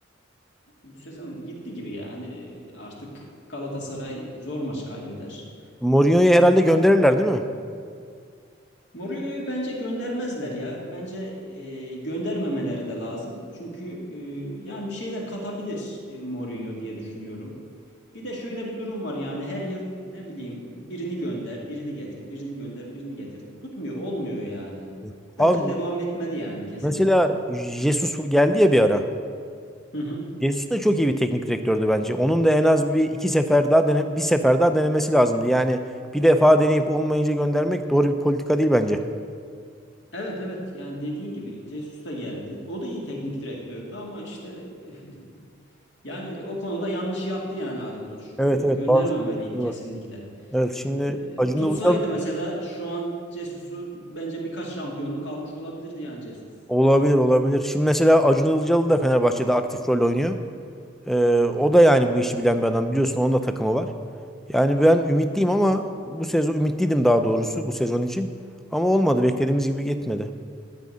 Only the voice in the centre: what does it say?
Mourinho'yu herhalde gönderirler değil mi?
Evet. Abi
Mesela Jesus geldi ya bir ara.
Jesus da çok iyi bir teknik direktördü bence. Onun da en az bir iki sefer daha dene, bir sefer daha denemesi lazımdı. Yani bir defa deneyip olmayınca göndermek doğru bir politika değil bence.
Evet evet
bazı kampları
var. Evet şimdi
Acun
Ilıcalı
olabilir olabilir. Şimdi mesela Acun Ilıcalı da Fenerbahçe'de aktif rol oynuyor. Ee, o da yani bu işi bilen bir adam biliyorsun onun da takımı var. Yani ben ümitliyim ama bu sezon ümitliydim daha doğrusu bu sezon için. Ama olmadı beklediğimiz gibi gitmedi.